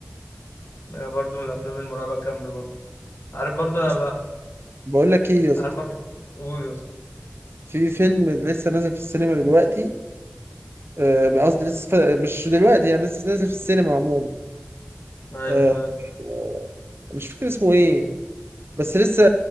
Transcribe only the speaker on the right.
بس
بقول لك ايه يا اسطى
في فيلم لسه نازل في السينما دلوقتي آه، قصدي لسه ف- مش دلوقتي يعني لسه نازل في السينما عموما
آه،
آه، مش فاكر اسمه ايه بس لسه